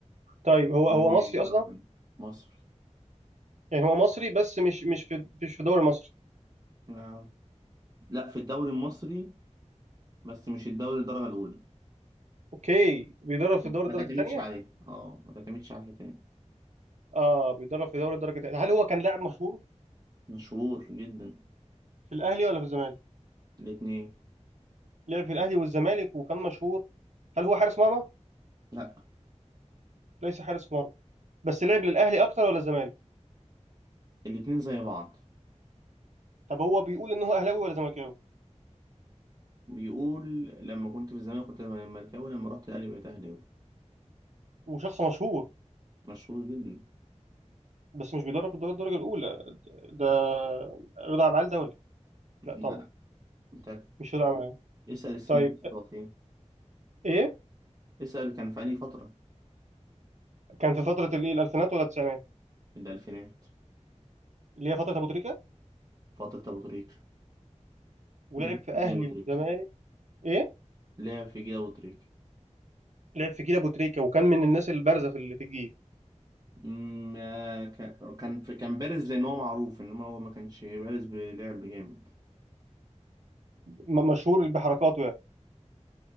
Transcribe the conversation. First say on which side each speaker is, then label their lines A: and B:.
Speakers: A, on the right (about 70°); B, on the right (about 30°).
A: طيب هو
B: دوري
A: هو مصري
B: درجة
A: أصلا؟
B: تانية مصر
A: يعني هو مصري بس مش مش في مش في الدوري المصري
B: آه. لا في الدوري المصري بس مش الدوري الدرجة الأولى
A: أوكي بيدرب في الدوري
B: ما
A: الدرجة
B: تعتمدش
A: الثانية؟
B: عليه اه ما تعتمدش على الحتة دي
A: اه بيدرب في دوري الدرجة الثانية هل هو كان لاعب مشهور
B: مشهور جدا
A: في الأهلي ولا في الزمالك؟
B: الاتنين
A: لعب في الأهلي والزمالك وكان مشهور هل هو حارس مرمى؟
B: لا
A: ليس حارس مرمى بس لعب للأهلي أكتر ولا الزمالك؟
B: الاتنين زي بعض
A: طب هو بيقول إن هو أهلاوي ولا زملكاوي؟
B: بيقول لما كنت في الزمالك كنت مركاوي لما رحت الأهلي بقيت أهلاوي
A: وشخص مشهور
B: مشهور جدا
A: بس مش بيدرب في الدوري الدرجة الأولى ده رضا عبد العال دولي
B: لا
A: لا طبعا
B: لا. انت
A: مش رضا عبد العال
B: اسأل السنين
A: طيب
B: بتاعته فين
A: ايه
B: اسأل كان في أي فترة
A: كان في فتره الايه الالفينات ولا التسعينات
B: الألفينات
A: اللي هي فتره ابو تريكه
B: فترة أبو تريكة
A: ولعب
B: لعب
A: في
B: في
A: اهلي
B: جيل أبو تريكة
A: وزمالك ايه
B: لعب في جيل أبو تريكة
A: لعب في جيل ابو تريكه وكان من الناس البارزه في ال- في الجيل
B: أمم، آه، كان كان في- كان بارز لأن هو معروف إنما هو ما كانش بارز بلعب جامد
A: م- مشهور بحركاته يعني